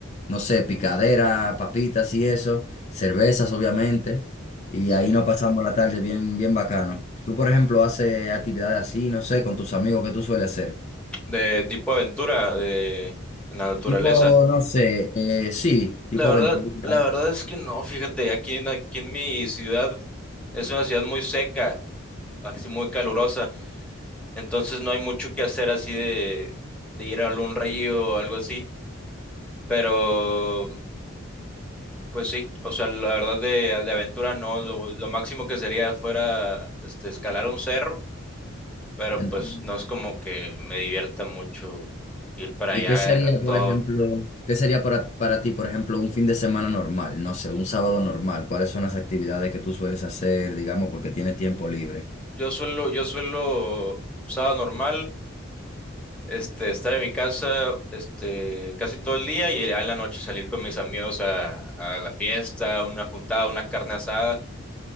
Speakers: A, on the left (about 30°); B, in the centre.
A: no sé, picadera, papitas y eso, cervezas, obviamente. Y
B: Sí.
A: ahí nos pasamos la tarde bien, bien bacano. Tú, por ejemplo, haces actividades así, no sé, con tus amigos, ¿qué tú sueles hacer?
B: De tipo aventura, de la naturaleza.
A: Tipo, no sé, eh, sí, tipo
B: La verdad,
A: aventura.
B: la verdad es que no, fíjate, aquí en, aquí en mi ciudad es una ciudad muy seca, así muy calurosa, entonces no hay mucho que hacer así de, de ir a algún río o algo así, pero Pues sí, o sea, la verdad de, de aventura no, lo, lo máximo que sería fuera este, escalar un cerro, pero
A: entiendo.
B: pues no es como que me divierta mucho ir para
A: ¿Y
B: allá
A: qué sería,
B: eh,
A: por
B: todo.
A: ejemplo, qué sería para, para ti, por ejemplo, un fin de semana normal? No sé, un sábado normal. ¿Cuáles son las actividades que tú sueles hacer, digamos, porque tienes tiempo libre?
B: Yo suelo, yo suelo, un sábado normal, este, estar en mi casa, este, casi todo el día y ya en la noche salir con mis amigos a, a la fiesta, una juntada, una carne asada.